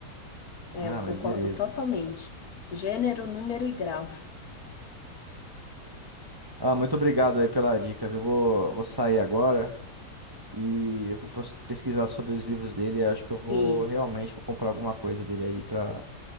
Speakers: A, on the left (about 60°); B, on the right (about 20°).
A: é,
B: Ah,
A: eu concordo
B: mas beleza.
A: totalmente. Gênero, número e grau.
B: Ah, muito obrigado aí pela dica, viu? Vou, vou sair agora. E eu vou pes- pesquisar sobre os livros dele. Eu acho que
A: Sim,
B: eu vou realmente vou comprar alguma coisa dele aí pra,